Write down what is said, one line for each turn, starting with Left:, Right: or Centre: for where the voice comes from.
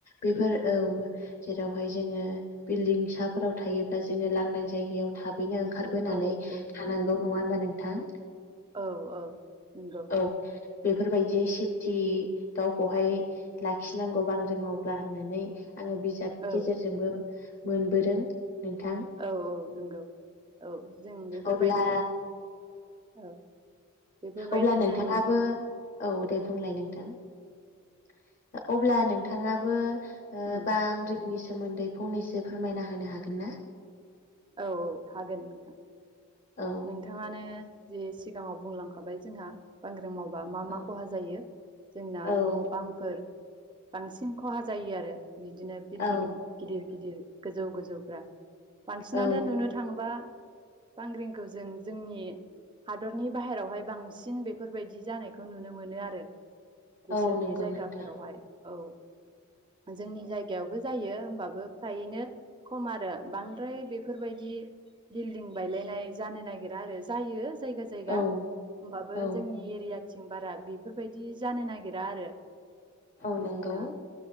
Left: बेफोर औ जेरावहाय जोङो बिल्दिंसाफोराव थायोब्ला जोङो लांदां जायगायाव थाबैनो ओंखार बोनानै
Right: औ
Left: थानांगौ
Right: औ
Left: नङा होनबा नोंथां?
Right: औ ओ नंगौ।
Left: औ बेफोरबायदि सिफथि गावखौहाय लाखिनांगौ बांग्रि मावब्ला होननानै आङो बिज जाबनि
Right: औ
Left: गेजेरजोंबो मोनबोदों नोंथां।
Right: औ औ नंगौ औ जों बेफोरबायदि
Left: अब्ला
Right: औ। बेफोरबायदि
Left: अब्ला नोंथाङाबो
Right: जों
Left: औ दे बुंलाय नोंथां <unintelligible> अब्ला नोंथाङाबो ओ
Right: उम
Left: बां रिंनि सोमोन्दै फंनैसो फोरमायना होनो हागोन ना?
Right: औ औ हागोन नोंथां।
Left: औ।
Right: नोंथाङानो जे सिगाङाव बुंलांखाबाय जोंहा। बांग्रिं मावबा मा मा
Left: औ
Right: खहा जायो जोंना
Left: औ
Right: न बांफोर बांसिन खहा जायो आरो बिदिनो बिल्डिं।
Left: औ
Right: गिदिर गिदिर गोजौ गोजौफ्रा बांसिनानो
Left: औ
Right: नुनो थांबा बांग्रिं। खौ जों जोंनि। हादरनि बाहेरायावहाय बांसिन बेफोरबायदि जानायखौ नुनो मोनो आरो। बिसोरनि
Left: औ नंगौ
Right: जायगाफोरावहाय
Left: नोंथां
Right: औ। जोंनि जायगायावबो जायो होमबाबो फ्रायैनो। खम आरो बांद्राय बेफोरबायदि बिल्डिं बायलायनाय जानो नागिरा आरो जायो जायगा जायगा
Left: औ
Right: होमबाबो
Left: औ
Right: जोंनि एरिया। आथिं बारा बेफोरबायदि जानो नागिरा आरो
Left: औ नंगौ
Right: जोंना।